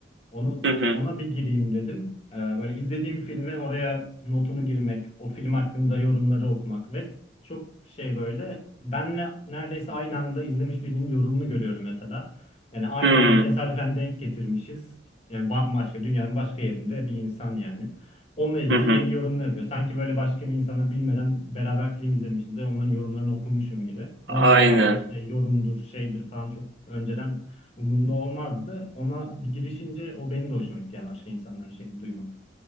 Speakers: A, on the left; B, on the right.
A: Onu
B: Hı hı.
A: ona bir gireyim dedim. Ee, böyle izlediğim filmi oraya notunu girmek, o film hakkında yorumları okumak ve çok şey böyle benle neredeyse aynı anda izlemiş birinin yorumunu görüyorum mesela. Yani aynı
B: Hı hı.
A: anda tesadüfen denk getirmişiz. Yani bambaşka dünyanın başka yerinde bir insan yani. Onunla ilgili
B: Hı hı.
A: yeni yorumlar yapıyor. Sanki böyle başka bir insana bilmeden beraber film izlemişiz de onların yorumlarını okumuşum gibi. Normalde
B: Aynen.
A: ben işte yorumdur, şeydir falan çok önceden umurumda olmazdı. Ona bir girişince o benim de hoşuma gitti yani başka insanların şeyini duymak.